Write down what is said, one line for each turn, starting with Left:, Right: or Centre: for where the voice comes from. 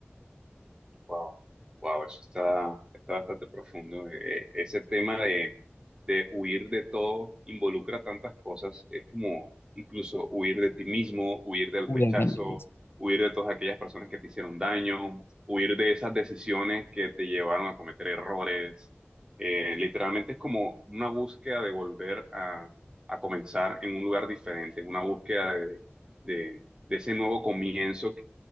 Right: Wow, wow, eso está, está bastante profundo. Eh, ese tema de, de huir de todo involucra tantas cosas. Es como incluso huir de ti mismo, huir del
Left: Huyendo
Right: rechazo,
Left: de mí mismo.
Right: huir de todas aquellas personas que te hicieron daño, huir de esas decisiones que te llevaron a cometer errores. Eh, literalmente es como una búsqueda de volver a, a comenzar en un lugar diferente, una búsqueda de, de, de ese nuevo comienzo